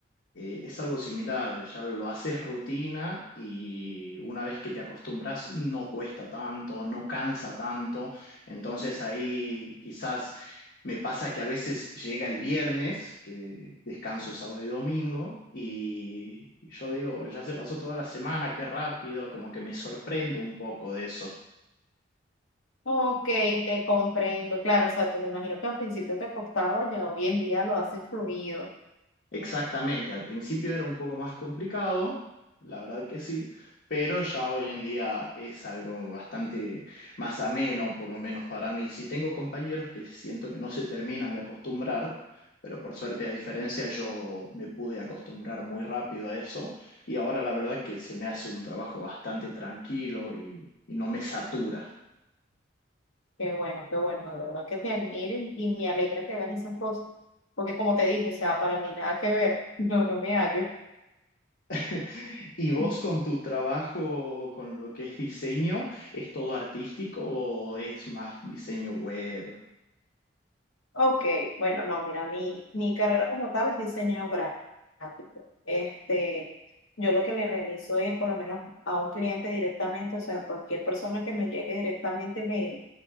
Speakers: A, on the left (about 60°); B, on the left (about 90°).
A: eh, es algo similar, ya lo haces rutina y una vez que te acostumbras no cuesta tanto, no cansa tanto, entonces ahí quizás me pasa que a veces llega el viernes, que descanso sábado y domingo, y y yo digo, ya se pasó toda la semana, qué rápido, como que me sorprendo un poco de eso.
B: Ok, te comprendo. Claro, o sea, tú me imagino que al principio te costaba, ya hoy en día lo haces fluido.
A: Exactamente, al principio era un poco más complicado, la verdad que sí, pero ya hoy en día es algo bastante más ameno, por lo menos para mí. Sí tengo compañeros que siento que no se terminan de acostumbrar, pero por suerte, a diferencia, yo me pude acostumbrar muy rápido a eso y ahora la verdad que se me hace un trabajo bastante tranquilo y, y no me satura.
B: Qué bueno, qué bueno, de verdad que te admiro y y me alegra que hagas esas cosas. Porque como te dije, o sea, para mí nada que ver, <laughs> yo no me hallo.
A: <laughs> ¿Y vos
B: <laughs>
A: con tu trabajo, con lo que es diseño, es todo artístico o es más diseño web?
B: Ok, bueno, no, mira, mi, mi carrera como tal es diseño gráfico. Este, yo lo que le realizo es, por lo menos a un cliente directamente, o sea, cualquier persona que me llegue directamente me,